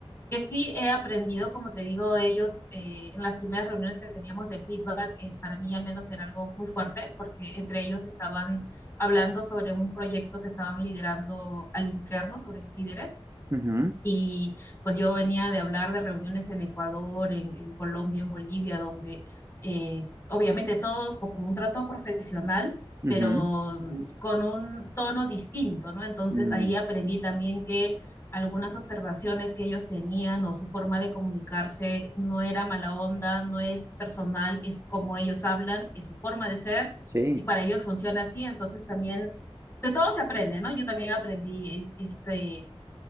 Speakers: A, on the left (about 25°); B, on the right (about 30°).
A: que sí he aprendido, como te digo, ellos eh, en las primeras reuniones que teníamos de feedback, eh, para mí al menos era algo muy fuerte, porque entre ellos estaban hablando sobre un proyecto que estaban liderando al interno, sobre líderes,
B: Ujú,
A: y pues yo venía de hablar de reuniones en Ecuador, en, en Colombia, en Bolivia, donde eh, obviamente todo como un trato profesional,
B: ujú,
A: pero mm, con un tono distinto, ¿no? Entonces
B: mm,
A: ahí aprendí también que algunas observaciones que ellos tenían o su forma de comunicarse no era mala onda, no es personal, es como ellos hablan, es su forma de ser
B: sí,
A: y para ellos funciona así. Entonces también de todo se aprende, ¿no? Yo también aprendí eh, este